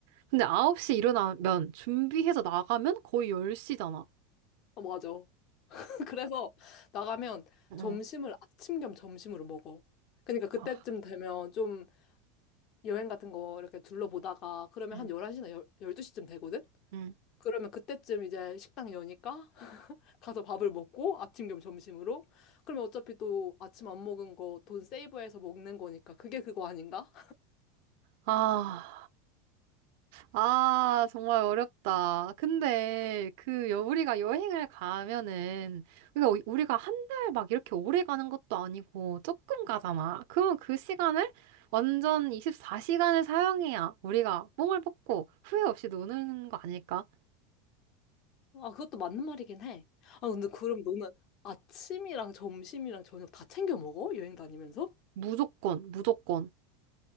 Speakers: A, on the right; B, on the left.
A: 근데 아홉 시 일어나면, 준비해서 나가면 거의 열 시잖아
B: 아, 맞아. <laughs> 그래서 나가면
A: 응.
B: 점심을 아침 겸 점심으로 먹어. 그러니까 그때쯤
A: 아,
B: 되면 좀 여행 같은 거 이렇게 둘러보다가 그러면
A: 응.
B: 한 11시나 12시쯤 되거든?
A: 응.
B: 그러면 그때쯤 이제 식당 여니까 <laughs> 가서 밥을 먹고 아침 겸 점심으로 그러면 어차피 또 아침 안 먹은 거 돈 세이브해서 먹는 거니까 그게 그거 아닌가?
A: 아, 아, 정말 어렵다. 근데 그 여, 우리가 여행을 가면은 우리가 우- 우리가 한 달 막 이렇게 오래 가는 것도 아니고 조금 가잖아. 그럼 그 시간을 완전 24시간을 사용해야 우리가 뽕을 뽑고 후회 없이 노는 거 아닐까?
B: 아 그것도 맞는 말이긴 해. 아 근데 그럼 너는 아침이랑 점심이랑 저녁 다 챙겨 먹어? 여행 다니면서?
A: 무조건, 무조건.